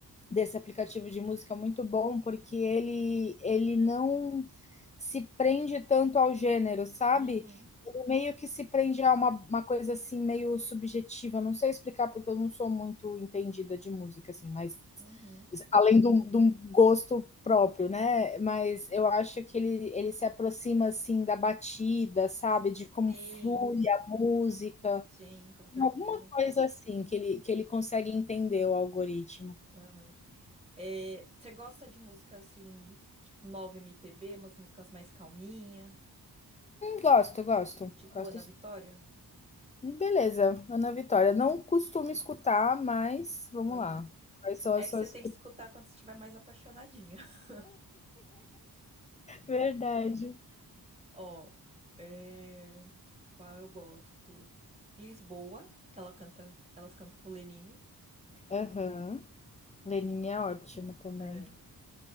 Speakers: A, on the left; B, on the right.
A: desse aplicativo de música muito bom, porque ele, ele não se prende tanto ao gênero, sabe?
B: uhum,
A: Ele meio que se prende a uma, uma coisa assim, meio subjetiva. Não sei explicar, porque eu não sou muito entendida de música, assim, mas
B: uhum.
A: além de um gosto próprio, né? Mas eu acho que ele, ele se aproxima assim da batida, sabe? De como
B: Sim,
A: flui a música.
B: sim, com certeza.
A: Alguma coisa assim que ele, que ele consegue entender o algoritmo.
B: Aham. É, você gosta de música assim, tipo 9 MPB, umas músicas mais calminha,
A: Gosto, gosto.
B: tipo
A: Gosto.
B: Ana Vitória?
A: Beleza, Ana Vitória. Não costumo escutar, mas vamos
B: Aham.
A: lá. Quais são
B: É
A: as
B: que
A: suas.
B: você tem que escutar quando você estiver mais apaixonadinha. <laughs>
A: Verdade.
B: Ó, é... qual eu gosto? Lisboa, que ela canta, elas cantam com o Lenine.
A: Aham. Lenine é ótimo também.
B: É.